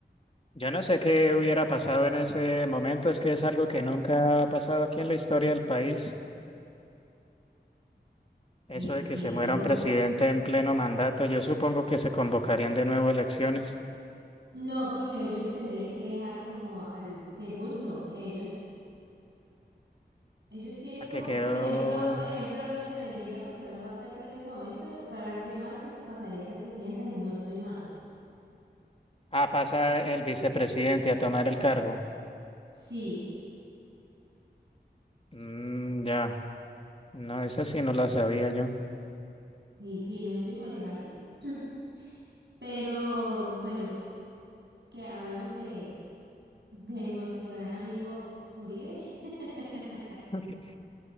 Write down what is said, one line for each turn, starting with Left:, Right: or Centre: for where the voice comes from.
Left: yo no sé qué hubiera pasado en ese momento, es que es algo que nunca ha pasado aquí en la historia del país. Eso
Right: Sí,
Left: de
Right: sí,
Left: que se
Right: algo.
Left: muera un presidente en pleno mandato, yo supongo que se convocarían de nuevo elecciones.
Right: No, porque ellos tendrían que dejar como al segundo, que ellos, ellos tienen
Left: Al
Right: como,
Left: que quedó.
Right: por ejemplo, por ejemplo, donde le llegue a pasar algo a Petro en ese momento, Francia Márquez pasaría a ser presidenta y no estoy mal.
Left: Ah, pasa el vicepresidente a tomar el cargo.
Right: Sí,
Left: Mm, ya. No, esa sí no la sabía yo.
Right: sí, sí, no estoy mal, es así. <clears throat> Pero bueno, que hablamos de, de nuestro gran amigo Uribe. <laughs>
Left: <laughs>